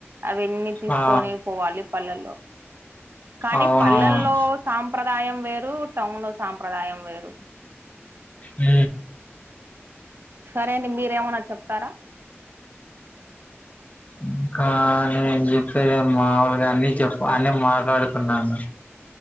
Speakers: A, on the right; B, on the left.
A: అవన్నీ తీసుకొని
B: ఆ ఆ
A: పోవాలి పల్లెల్లో కానీ
B: అవునవును
A: పల్లెల్లో సాంప్రదాయం వేరు టౌన్ లో సాంప్రదాయం వేరు
B: ఊ
A: సరే అండి మీరు ఏమి అన్నా చెప్తారా
B: ఉహ్మ్ ఇంకా నేను చెప్పేది నేను మాముూలుగా అన్ని చెప్ అన్ని మాట్లాడుకున్నాను